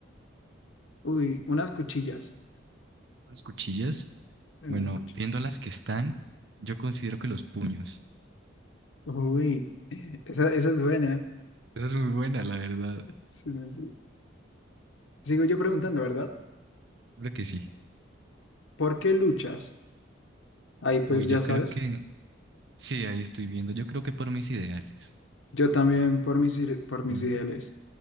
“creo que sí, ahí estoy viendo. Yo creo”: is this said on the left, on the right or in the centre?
Right